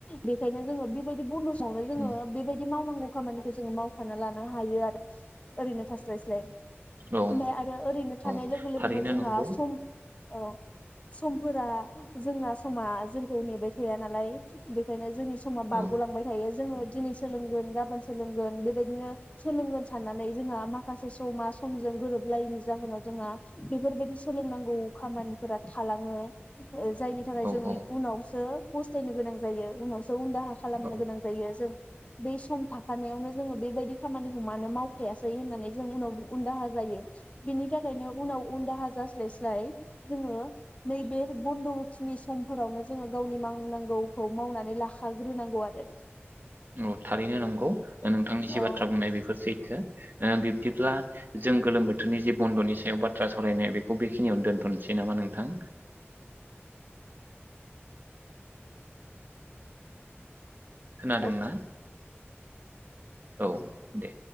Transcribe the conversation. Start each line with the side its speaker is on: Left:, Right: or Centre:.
Left: बेखायनो जोङो बेबायदि बन्द'
Right: उम
Left: <unintelligible> बेबायदि मावनांगौ खामानि खौ जोङो मावफाना लानो हायो आरो ओरैनो थास्लायस्लाय।
Right: औ
Left: ओमफाय आरो ओरैनो थानाय
Right: औ
Left: लोगो लोगोनो
Right: थारैनो
Left: जोंहा
Right: नंगौ
Left: सम औ समफोरा जोंना समा जोंखौ नेबाय थाया नालाय बेखायनो जोंनि समा बारग'लांबाय
Right: औ
Left: थायो जोङो दिनै सोलोंगोन गाबोन सोलोंगोन बेबायदिनो सोलोंगोन साननानै जोंहा माखासे समा समजों गोरोबलायैनि जाहोनाव जोंहा बेफोरबायदि सोलोंनांगौ खामानिफोरा थालाङो। जायनि थाखाय
Right: औ
Left: जोङो उनावसो फस्थायनो गोनां जायो उनावसो उन‌ दाहा खालामनो
Right: औ
Left: गोनां जायो जों बै सम थाखानायावनो जोङो बेबायदि खामानिखौ मानो मावखायासै होननानै जों उनाव उनदाहा जायो। बिनि थाखायनो उनाव उन दाहा जा स्लाय स्लाय जोङो नैबे बन्द' बखिनि समफोरावनो जोङो गावनि मावनांगौखौ मावनानै लाखाग्रोनांगौ आरो।
Right: औ थारैनो नंगौ नोंथांनि जि
Left: औ
Right: बाथ्रा बुंनाय बेफोर सैथो। ओ बिबदिब्ला जों गोलोम बोथोरनि जे बन्द'नि सायाव बाथ्रा सावरायनाय बेखौ बेखिनियावनो दोन्थ'नोसै नामा नोंथां? खोनादोंना?
Left: औ
Right: औ दे।